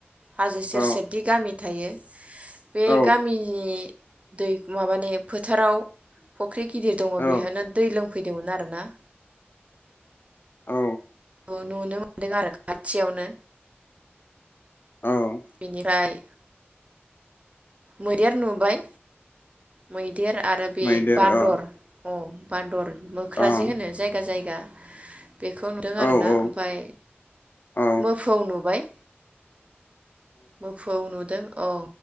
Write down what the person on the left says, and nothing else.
औ
औ
औ
औ।
औ
मैदेर
औ
औ
औ
औ
औ